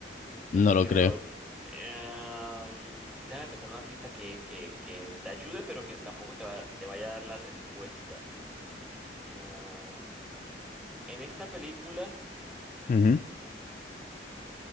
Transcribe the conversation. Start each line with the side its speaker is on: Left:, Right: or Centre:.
Centre: yo
Left: no
Centre: sí
Left: lo
Centre: creo.
Left: creo.
Centre: em, déjame pensar una pista que, que, que te ayude, pero que tampoco te va, te vaya a dar la respuesta. Ah, en esta película,
Left: Ujú.